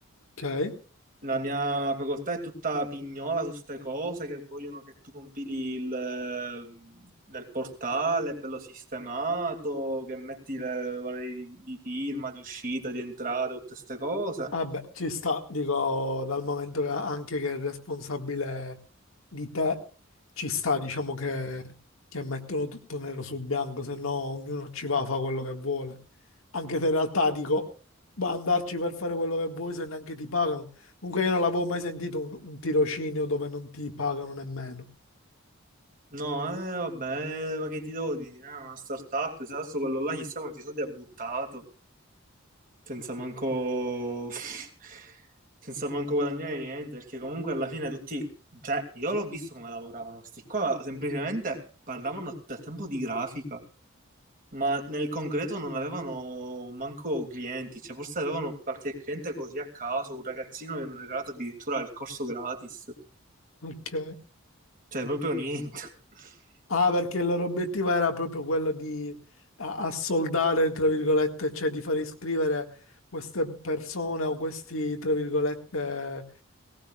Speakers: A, on the left (about 75°); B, on the right (about 40°).
A: Ok.
B: La mia facoltà è tutta pignola su ste cose che vogliono che tu compili il, ehm, nel portale, bello sistemato, che metti le varie di, di firma, di uscita, di entrata, tutte ste cose.
A: Vabbè, ci sta, dico, dal momento che anche che è responsabile di te, ci sta, diciamo che, che mettono tutto nero su bianco, se no ognuno ci va, fa quello che vuole. Anche se in realtà dico, ma andarci per fare quello che vuoi se neanche ti pagano. Comunque io non l'avevo mai sentito un, un tirocinio dove non ti pagano nemmeno.
B: No, eh, vabbè, ma che ti devo dire? È una startup, se adesso quello là chissà quanti soldi ha buttato. senza manco, <laughs> senza manco guadagnare niente, perché comunque alla fine tutti, cioè io l'ho visto come lavoravano, questi qua semplicemente parlavano del tempo di grafica, ma nel concreto non avevano manco clienti, cioè forse avevano qualche cliente così a caso, un ragazzino che hanno regalato addirittura il corso gratis,
A: Ok.
B: cioè proprio niente. <laughs>
A: Ah, perché il loro obiettivo era proprio quello di a- assoldare, tra virgolette, cioè di far iscrivere queste persone o questi, tra virgolette,